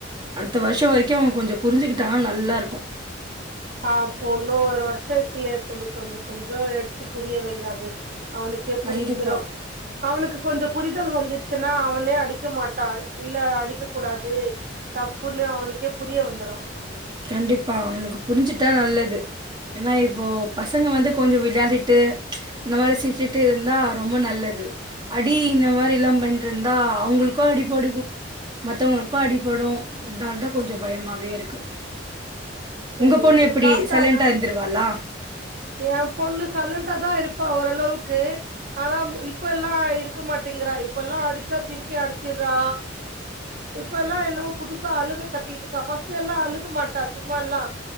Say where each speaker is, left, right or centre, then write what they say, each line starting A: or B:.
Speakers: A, on the right; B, on the right.
A: அடுத்த வருஷம் வரைக்கு அவன் கொஞ்சோ புரிஞ்சுகிட்டான்னா நல்லா இருக்கு
B: ஆ இன்னு ஒரு வருஷ இருக்குல்லையா தோழி கொஞ்சோ கொஞ்சோ எடுத்து புரிய வையிங்க அது அவனுக்கே
A: கண்டிப்பா.
B: புரிஞ்சிடு அவனுக்கு கொஞ்சோ புரிதல் வந்துருச்சின்னா அவனே அடிக்க மாட்டா இல்ல அடிக்க கூடாது தப்புன்னு அவனுக்கே புரிய வந்துரு
A: கண்டிப்பா அவனுக்கு புரிஞ்சுட்டா நல்லது ஏன்னா இப்போ பசங்க வந்து கொஞ்சோ விளையாடிட்டு இந்த மாரி சிரிச்சுட்டு இருந்தா ரொம்ப நல்லது அடி இந்த மாரி எல்லா பண்ணிடு இருந்தா அவங்களுக்கு அடி படுக்கு மத்தவங்களுக்கு அடிப்படு இதால தா கொஞ்சோ பயமாவே இருக்கு
B: சேரிங்க
A: உங்க பொண்ணு
B: தோழி
A: எப்டி
B: சாப்ட்டாண்ணா
A: சைலண்டா இருந்துருவாளா?
B: என் பொண்ணு சைல்லண்ட தா இருப்பா ஓரளவுக்கு ஆனா இப்ப எல்லா இருக்க மாட்டேங்குறா இப்ப எல்லா அடிச்சா திருப்பி அடிச்சிடுறா இப்ப எல்லா என்னோ புதுசா அழுக கத்திட்டு இருக்கா ஃபர்ஸ்ட் எல்லா அழுக மாட்டா சும்மா எல்லா